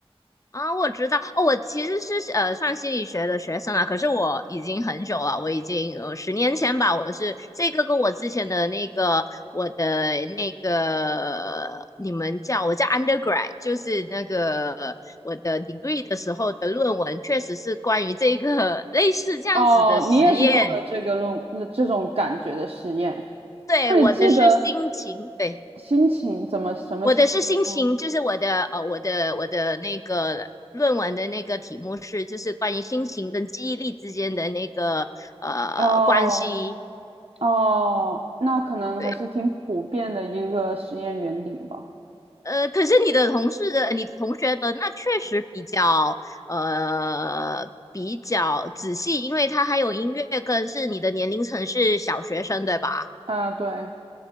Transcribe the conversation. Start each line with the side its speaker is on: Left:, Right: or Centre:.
Left: 啊，我知道哦，我其实是呃算心理学的学生啦，可是我已经很久了，我已经呃十年前吧，我是这个跟我之前的那个我的那个你们叫我叫 undergrad，就是那个我的 degree 的时候的论文，确实是关于这个 <laughs> 类似这样子的实验。
Right: 哦，你也是做了这个论这种感觉的实验，
Left: 对，
Right: 那你记得
Left: 我的是心情，对，
Right: 心情怎么什么心？
Left: 我的是心情，
Right: 哦
Left: 就是我的呃，我的我的那个论文的那个题目是，就是关于心情跟记忆力之间的那个呃关系。
Right: 哦哦，那可能还是挺普遍的一个实验原理吧。
Left: 对，呃，可是你的同事的、你同学的那确实比较呃比较仔细，因为他还有音乐跟是你的年龄层是小学生，对吧？
Right: 啊，对